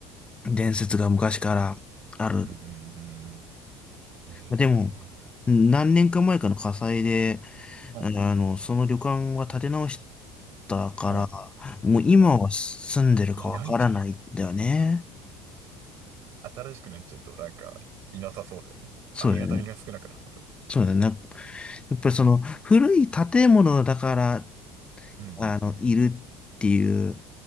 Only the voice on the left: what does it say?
伝説が昔からある。
まあ、でも、何年か前かの火災で、
あの、その旅館は建て直したから、
もう今は住んでるかわからないんだよね。
そうだよね。
そうだよね。やっぱりその古い建物だから、
あの、いるっていう